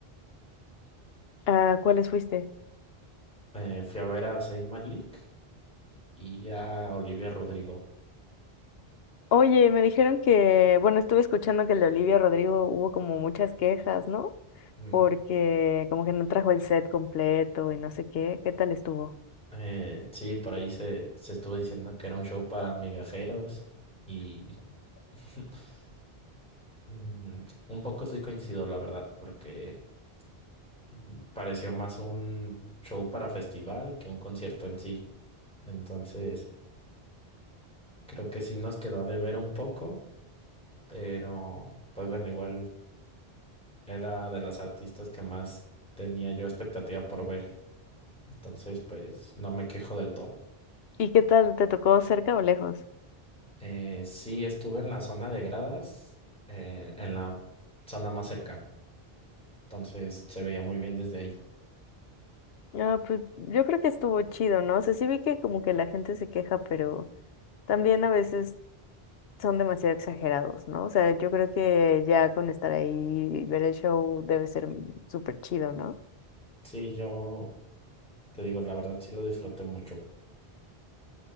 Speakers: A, on the left (about 70°); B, in the centre.
A: ¿A cuáles fuiste?
B: Eh, fui a ver a Zayn Malik y a Olivia Rodrigo.
A: Oye, me dijeron que, bueno, estuve escuchando que el de Olivia Rodrigo hubo como muchas quejas, ¿no?
B: Mm,
A: Porque como que no trajo el set completo y no sé qué. ¿Qué tal estuvo?
B: eh, sí, por ahí se, se estuvo diciendo que era un show para migajeros y <laughs> mm, un poco soy coincido, la verdad, porque mm, pareció más un show para festival que un concierto en sí. Entonces, creo que sí nos quedó de ver un poco, pero pues bueno, igual era de las artistas que más tenía yo expectativa por ver. Entonces, pues no me quejo del todo.
A: ¿Y qué tal te tocó cerca o lejos?
B: Eh, sí, estuve en la zona de gradas, eh, en la zona más cerca. Entonces se veía muy bien desde ahí.
A: Ah, pues yo creo que estuvo chido, ¿no? O sea, sí vi que como que la gente se queja, pero también a veces son demasiado exagerados, ¿no? O sea, yo creo que ya con estar ahí y ver el show debe ser súper chido, ¿no?
B: Sí, yo te digo, la verdad sí lo disfruté mucho.